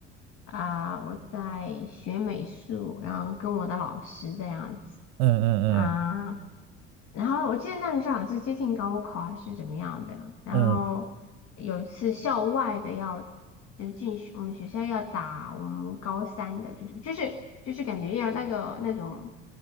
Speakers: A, on the left; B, on the right.
A: 啊、我在学美术，然后跟我的老师这样子
B: 嗯嗯
A: 啊、然后我记得那个时候好像是接近高考还是怎么样的，然后有一次校外的要
B: 嗯
A: 就是进学我们学校要打我们高三的，就是就是就是感觉要那个那种。